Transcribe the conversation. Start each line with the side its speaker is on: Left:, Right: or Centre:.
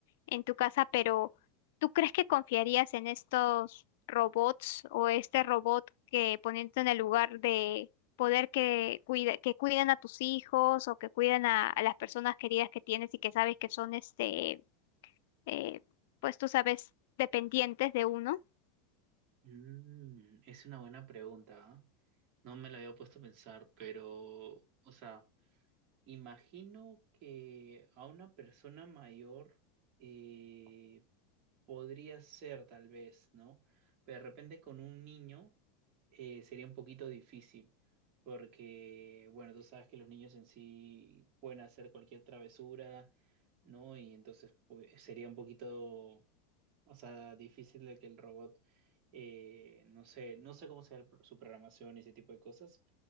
Left: en tu casa, pero ¿tú crees que confiarías en estos robots o este robot que poniéndote en el lugar de poder que cuida, que cuiden a tus hijos o que cuiden a, a las personas queridas que tienes y que sabes que son este eh, pues tú sabes, dependientes de uno.
Right: Mm, es una buena pregunta, ¿ah? No me la había puesto a pensar, pero, o sea, Imagino que a una persona mayor eh, podría ser tal vez, ¿no? Pero de repente con un niño eh, sería un poquito difícil, porque, bueno, tú sabes que los niños en sí pueden hacer cualquier travesura, ¿no? Y entonces pues, sería un poquito o sea, difícil de que el robot, eh, no sé, no sé cómo sea el pro- su programación y ese tipo de cosas,